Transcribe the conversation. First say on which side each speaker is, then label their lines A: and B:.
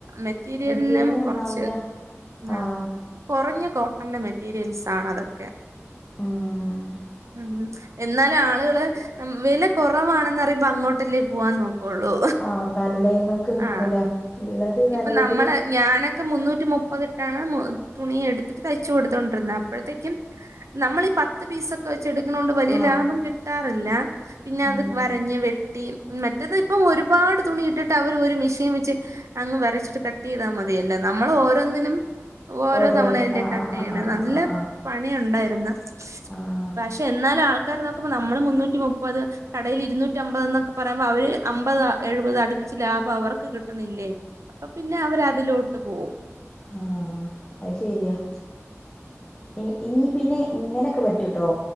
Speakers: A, on the right; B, on the left.
A: മെറ്റീരിയലിനും
B: മെറ്റീരിയൽ നന്നാവൂല
A: കുറച്ച് ആ
B: ആഹ്
A: കൊറഞ്ഞ കോട്ടന്റെ മെറ്റീരിയൽസ് ആണ് അതൊക്കെ
B: ഉം
A: ഉം എന്നാലും ആളുകള് വില കുറവാണെന്ന്റിയുമ്പോ അങ്ങോട്ടല്ലേ പോവാൻ നോക്കു ഉള്ളു
B: ആഹ് നല്ലേയ്മക്ക് നിക്കൂല
A: ആ
B: ഇള്ളത് നല്ലത്
A: ഇപ്പൊ നമ്മളെ <unintelligible> ക്കെ മുന്നൂറ്റി മുപ്പത്ത്ട്ടാണ് ഉം തുണി എടുത്തിട്ട് തയ്യ്ച്ച് <unintelligible> <unintelligible> തോട്ടരുന്നെ അപ്പോഴത്തേക്കും നമ്മൾ ഈ പത്ത് പീസൊക്കെ വെച്ച് എടുക്കുന്നത് കൊണ്ട് വലിയ
B: ആഹ്
A: ലാഭം <unintelligible> കിട്ടാറില്ല പിന്നെ
B: ഉം
A: അത് വരഞ്ഞ് <unintelligible> <unintelligible> മറ്റത് ഇപ്പം ഒരുപാട് തുണി ഇട്ടിട്ട് അവര് ഒരു മിഷീൻ വെച്ച് അങ്ങ് വരച്ചിട്ട് കട്ട് ചെയ്താൽ മതി അതല്ലേ നമ്മൾ ഓരോന്നിനും ഓരോ
B: ഓരോന്ന്
A: തവണയലേ
B: ആഹ്
A: കട്ട്
B: ആഹ്
A: <unintelligible>
B: ആഹ്
A: നല്ല
B: ആഹ് ആഹ്
A: പണി ഉണ്ടായിരുന്നു
B: ആഹ്
A: പക്ഷെ എന്നാലും <unintelligible> <unintelligible> നമ്മൾ മുനൂറ്റി മുപ്പത്ത് കടയിൽ ഇരുന്നൂറ്റി അമ്പത് എന്നൊക്കെ പറയുമ്പോ അവര് അമ്പത എഴുപത് <unintelligible> കുറച്ച് ലാഭം അവർക്ക് കിട്ടണില്ലേ അപ്പൊ പിന്നെ അവരതിലോട്ട് പോകും
B: ആഹ അത് ശരിയാ ഇ ഇനി പിന്നെ ഇങ്ങനെയൊക്കെ പറ്റൂട്ടോ